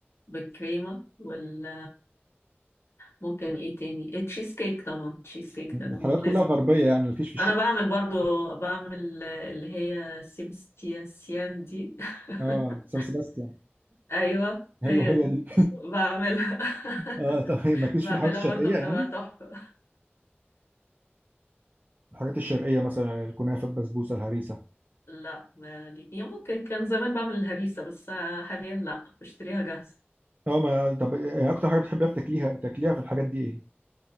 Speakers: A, on the left; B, on the right.
A: بالكريمه وال ممكن ايه تاني التشيز كيك طبعا التشيز كيك ده أنا
B: الحلويات
A: لازم
B: كلها غربيه يعني الكشف الشرقي
A: انا بعمل برضو بعمل اللي هي سيبستياسيان دي <laughs>
B: اه سان سيباستيان
A: ايوه
B: ايوه
A: هي
B: هي
A: دي
B: دي
A: بعملها
B: اه طب
A: <laughs>
B: مالكيش
A: بعملها
B: في الحلويات الشرقيه
A: برضو بتبقى
B: يعني
A: تحفة
B: الحاجات الشرقيه مثلا الكنافه البسبوسه الهريسه
A: لا مالي يعني ممكن كان زمان بعمل الهريسة بس حاليا لا بشتريها جاهزة
B: اه ما طب إيه اكتر حاجه بتحبيها في تاكليها تاكليها في الحاجات دي ايه